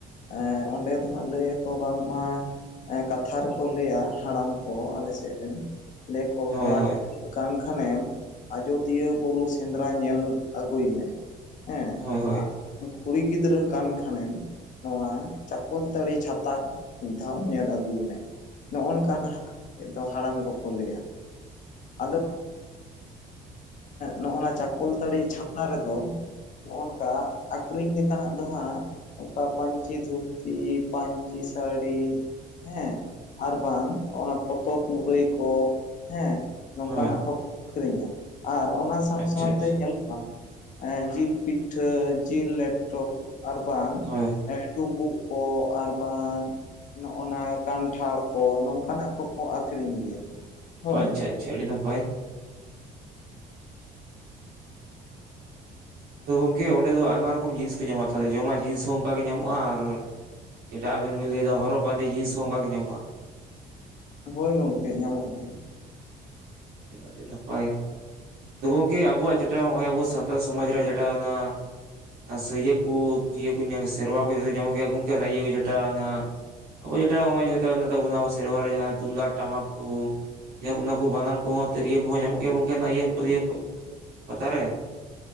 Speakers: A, on the left; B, on the right.
A: ᱮᱸ ᱚᱸᱰᱮ ᱫᱚ ᱦᱟᱸᱜ ᱞᱟᱹᱭ ᱟᱠᱚ ᱵᱟᱝᱢᱟ ᱠᱟᱛᱷᱟ ᱨᱮᱠᱚ ᱞᱟᱹᱭᱟ ᱦᱟᱲᱟᱢ ᱠᱚ ᱟᱞᱮ ᱥᱮᱫ ᱨᱮᱱ ᱞᱟᱹᱭ ᱟᱠᱚ
B: ᱦᱳᱭ
A: ᱠᱚᱲᱟ
B: ᱦᱳᱭ
A: ᱠᱟᱱ ᱠᱷᱟᱱᱮᱢ ᱟᱡᱚᱫᱤᱭᱟᱹ ᱵᱩᱨᱩ ᱥᱮᱸᱫᱽᱨᱟ ᱧᱮᱞ ᱟᱹᱜᱩᱭ ᱢᱮ ᱦᱮᱸ᱾
B: ᱦᱳᱭ ᱦᱳᱭ᱾
A: ᱠᱩᱲᱤ ᱜᱤᱫᱽᱨᱟᱹ ᱠᱟᱱ ᱠᱷᱟᱱᱮᱢ ᱱᱚᱣᱟ ᱪᱟᱠᱚᱞᱛᱟᱹᱲᱤ ᱪᱷᱟᱛᱟ ᱢᱤᱫ ᱫᱷᱟᱣ ᱧᱮᱞ ᱟᱹᱜᱩᱭ ᱟᱜᱩᱭ ᱢᱮ ᱱᱚᱜᱚ-ᱱᱚᱝᱠᱟ ᱱᱷᱟᱜ ᱫᱚ ᱦᱟᱲᱟᱢ ᱠᱚᱠᱚ ᱞᱟᱹᱭᱟ ᱟᱫᱚ ᱱᱚᱜ-ᱚ ᱮᱸ ᱪᱟᱠᱚᱞᱛᱟᱹᱲᱤ ᱪᱷᱟᱛᱟ ᱨᱮᱫᱚ ᱱᱚᱜᱚ ᱱᱚᱝᱠᱟ ᱟᱠᱷᱨᱤᱧ ᱞᱮᱠᱟᱱᱟᱜ ᱫᱚ ᱦᱟᱸᱜ ᱱᱚᱝᱠᱟ ᱯᱟᱧᱪᱤ ᱫᱷᱩᱛᱤ ᱯᱟᱧᱪᱤ ᱥᱟᱹᱲᱤ ᱦᱮᱸ ᱟᱨ ᱵᱟᱝ ᱚᱱᱟ ᱯᱚᱛᱚᱵ ᱢᱩᱨᱟᱹᱭ ᱠᱚ ᱦᱮᱸ
B: ᱦᱳᱭ
A: ᱱᱚᱝᱠᱟᱱᱟᱜ ᱠᱚ ᱟᱹᱠᱷᱨᱤᱧᱟ ᱟᱨ ᱚᱱᱟ ᱥᱟᱸᱶ
B: ᱟᱪᱪᱷᱟ
A: ᱥᱟᱸᱶᱛᱮ
B: ᱟᱪᱪᱷᱟ
A: ᱧᱮᱞᱚᱜ-ᱟ ᱡᱤᱞ ᱯᱤᱴᱷᱟᱹ ᱡᱤᱞ ᱞᱮᱴᱚ ᱠᱚ ᱟᱨ ᱵᱟᱝ
B: ᱦᱳᱭ
A: ᱰᱩᱸᱵᱩᱜ ᱠᱚ ᱟᱨ ᱵᱟᱝ ᱱᱚᱜᱚ ᱱᱚᱣᱟ ᱠᱟᱱᱴᱷᱟᱲ ᱠᱚ ᱱᱚᱝᱠᱟᱱᱟᱜ ᱠᱚᱠᱚ ᱟᱹᱠᱷᱨᱤᱧ ᱜᱮᱭᱟ᱾ ᱦᱳᱭ
B: ᱟᱪᱪᱷᱟ-ᱟᱪᱪᱷᱟ ᱟᱹᱰᱤ ᱱᱟᱯᱟᱭ᱾ ᱛᱚ ᱜᱚᱝᱠᱮ ᱚᱸᱰᱮ ᱫᱚ ᱟᱭᱢᱟ ᱨᱚᱠᱚᱢ ᱡᱤᱱᱤᱥ ᱠᱚ ᱧᱟᱢᱟ ᱛᱚ ᱡᱚᱢᱟᱜ ᱡᱤᱱᱤᱥ ᱦᱚᱸ ᱚᱱᱠᱟᱜ ᱜᱮ ᱧᱟᱢᱚᱜ-ᱟ ᱟᱨ ᱡᱮᱴᱟ ᱟᱵᱮᱱ ᱵᱤᱱ ᱞᱟᱹᱭᱮᱫᱟ ᱦᱚᱨᱚᱜ ᱵᱟᱸᱫᱮ ᱡᱤᱱᱤᱥ ᱦᱚᱸ ᱚᱱᱠᱟ ᱜᱮ ᱧᱟᱢᱚᱜ-ᱟ ᱾
A: ᱦᱳᱭ ᱜᱚᱝᱠᱮ ᱧᱟᱢᱚᱜ ᱜᱮᱭᱟ᱾
B: ᱟᱹᱰᱤ ᱱᱟᱯᱟᱭ᱾ ᱛᱚ ᱜᱚᱝᱠᱮ ᱟᱵᱚᱣᱟᱜ ᱡᱮᱴᱟ ᱱᱚᱜ-ᱚᱭ ᱟᱵᱚ ᱥᱟᱱᱛᱟᱞ ᱥᱚᱢᱟᱡᱽ ᱨᱮᱭᱟᱜ ᱡᱮᱴᱟ ᱚᱱᱟ ᱥᱟᱹᱭᱟᱹ ᱠᱚ ᱤᱭᱟᱹ ᱠᱚ ᱥᱮᱨᱣᱟ ᱠᱚ ᱡᱚᱛᱚ ᱧᱟᱢᱚᱜ ᱜᱮᱭᱟ ᱜᱚᱢᱠᱮ ᱚᱱᱟ ᱤᱭᱟᱹ ᱠᱚ ᱡᱮᱴᱟ ᱚᱱᱟ ᱟᱵᱚ ᱡᱮᱴᱟ ᱱᱚᱜ-ᱚ ᱟᱵᱚ ᱥᱮᱨᱣᱟ ᱨᱮ ᱛᱩᱢᱫᱟᱜ ᱴᱟᱢᱟᱠ ᱠᱚ ᱚᱱᱟ ᱠᱚ ᱵᱟᱱᱟᱢ ᱩᱱᱠᱩᱦᱚᱸ ᱛᱤᱨᱭᱳ ᱠᱚᱦᱚᱸ ᱧᱟᱢᱚᱜ ᱜᱮᱭᱟ ᱜᱚᱝᱠᱮ ᱚᱱᱟ ᱤᱭᱟᱹ <unintelligible> ᱯᱟᱛᱟ ᱨᱮ?